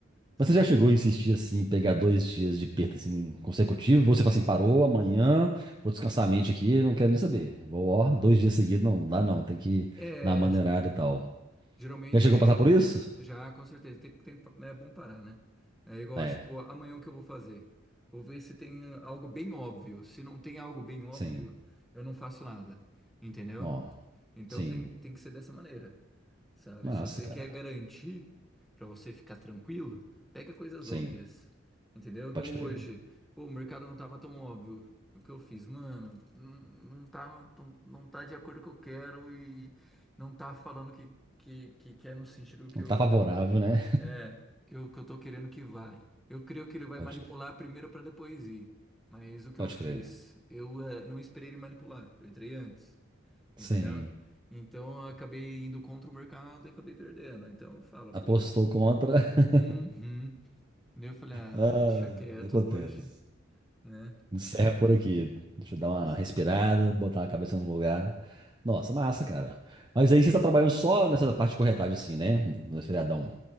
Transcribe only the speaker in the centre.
sabe?
É,
ge-
geralmente
é-
já com certeza tem, tem, é bom parar, né? É igual,
tipo, amanhã o que eu vou fazer? Vou ver se tem eh, algo bem óbvio. Se não tem algo bem óbvio,
eu não faço nada, entendeu?
Então
tem, tem que ser dessa maneira. Sabe,
se você
quer garantir pra você ficar tranquilo, pega coisas
óbvias. Entendeu? Igual
hoje. Pô, o mercado não tava tão óbvio. O que eu fiz, mano, não, não tá, não, não tá de acordo com o que eu quero e não tá falando que, que, que, que é no sentido que
eu,
que eu,
é, que eu, que eu tô querendo que vai. Eu creio que ele vai
manipular
primeiro pra depois ir. Mas o que
eu fiz?
Eu, eh, não esperei ele manipular. Eu entrei antes
entendeu? Então eu acabei indo contra o mercado e acabei perdendo. Então eu falo,
pô,
uhum. Daí eu falei, ah,
deixa quieto
hoje, né?
Cons-
Uhum.